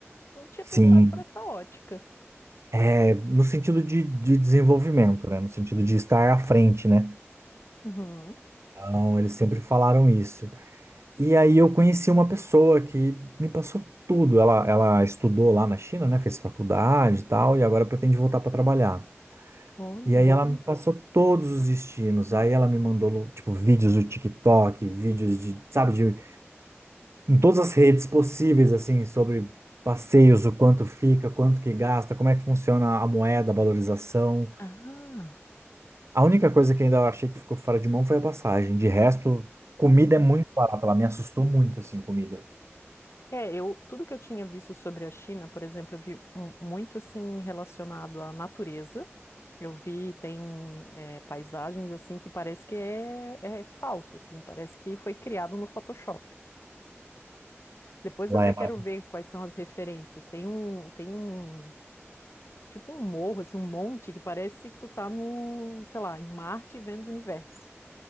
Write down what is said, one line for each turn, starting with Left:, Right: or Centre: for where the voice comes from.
Left: Não tinha
Right: Sim,
Left: pensado por essa ótica.
Right: é no sentido de, de desenvolvimento, né? No sentido de estar à frente, né?
Left: Uhum.
Right: Não, eles sempre falaram isso. E aí eu conheci uma pessoa que me passou tudo. Ela, ela estudou lá na China, né? Fez faculdade e tal, e agora pretende voltar para trabalhar.
Left: Olha.
Right: E aí ela me Hum. passou todos os destinos. Aí ela me mandou, tipo, vídeos do TikTok, vídeos de, sabe, de, em todas as redes possíveis, assim, sobre passeios, o quanto fica, quanto que gasta, como é que funciona a moeda, a valorização.
Left: Ah.
Right: A única coisa que ainda eu achei que ficou fora de mão foi a passagem. De resto, comida é muito barata. Ela me assustou muito, assim, comida.
Left: É, eu, tudo que eu tinha visto sobre a China, por exemplo, eu vi um- muito assim relacionado à natureza. Eu vi, tem é, paisagens assim que parece que é, é falso, assim, parece que foi criado no Photoshop. Depois
Right: Lá
Left: eu até
Right: é
Left: quero
Right: maravilhoso.
Left: ver quais são as referências. Tem um, tem um Tipo um morro, assim, um monte que parece que tu tá no, sei lá, em Marte vendo o universo.